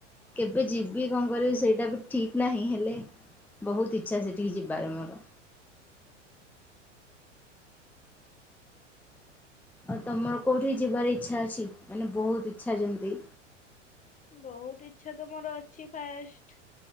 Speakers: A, in the centre; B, on the left (about 20°).
A: କେବେ ଯିବି କଣ କରିବି ସେଇଟା ବି ଠିକ ନାହିଁ ହେଲେ ବହୁତ ଇଚ୍ଛା ସେଠିକି ଯିବାରେ ମୋର। ଆଉ ତମର କୋଉଠି ଯିବାର ଇଚ୍ଛା ଅଛି ମାନେ ବହୁତ ଇଚ୍ଛା ଯେମିତି
B: ବହୁତ ଇଚ୍ଛା ତ ମୋର ଅଛି ଫାଷ୍ଟ